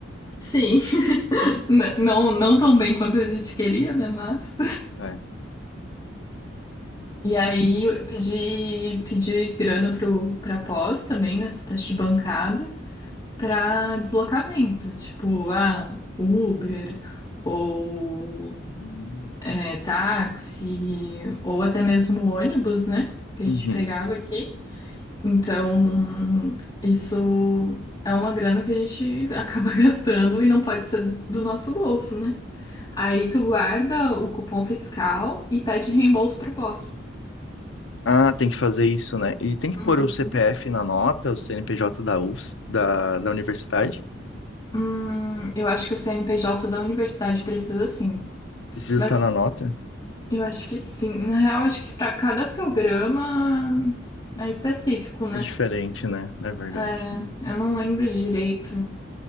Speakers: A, on the left (about 25°); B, on the left (about 80°).
A: sim, <laughs> n- não, não tão bem quanto a gente queria, né? Mas.
B: É.
A: E aí eu pedi, pedi grana pro, pra pós também, nessa teste de bancada, pra deslocamento, tipo, ah, Uber, ou
B: Hum.
A: é, táxi, ou até mesmo ônibus, né? Que a gente
B: Uhum.
A: pegava aqui. Então, isso é uma grana que a gente acaba <laughs> gastando e não pode ser do nosso bolso, né? Aí tu guarda o cupom fiscal e pede reembolso pro pós.
B: Ah, tem que fazer isso, né? E tem que
A: Uhum.
B: pôr o CPF na nota, o CNPJ da US, da, da universidade.
A: Hum, eu acho que o CNPJ da universidade precisa sim.
B: Precisa
A: Mas
B: estar na nota.
A: eu acho que sim. Na real, eu acho que para cada programa é específico,
B: É
A: né?
B: diferente, né? É verdade.
A: É, eu não lembro direito,